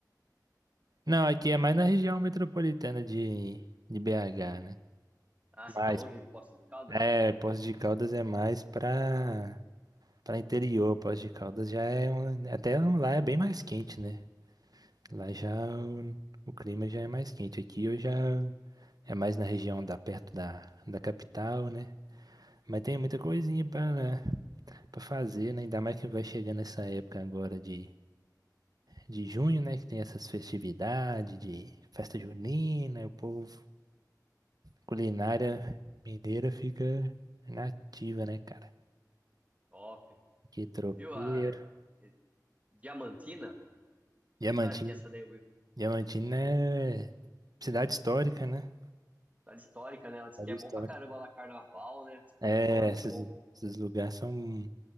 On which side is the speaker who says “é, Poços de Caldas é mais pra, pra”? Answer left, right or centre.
Right